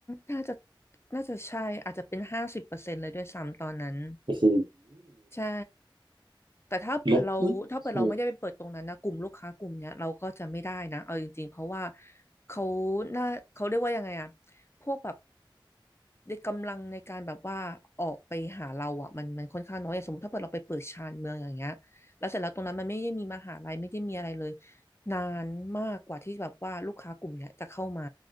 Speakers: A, on the left (about 30°); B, on the right (about 65°).
A: น่าจะน่าจะใช่อาจจะเป็นห้าสิบเปอร์เซ็นต์เลยด้วยซ้ำตอนนั้น
B: โอ้โห
A: ใช่ แต่ถ้าเผื่อเราถ้าเผื่อเราไม่ได้ไปเปิดตรงนั้นนะกลุ่มลูกค้ากลุ่มเนี้ยเราก็จะไม่ได้นะเอาจริงๆเพราะว่า
B: ลบอื้อโห
A: เขาหน้าเขาเรียกว่ายังไงอะพวกแบบในกำลังในการแบบว่าออกไปหาเราอะมันมันค่อนข้างน้อยอย่างสมมติถ้าเกิดเราไปเปิดชานเมืองอย่างเงี้ยแล้วเสร็จแล้วตรงนั้นมันไม่ได้มีมหาลัยไม่ได้มีอะไรเลยนานมากกว่าที่แบบว่าลูกค้ากลุ่มเนี้ยจะเข้ามา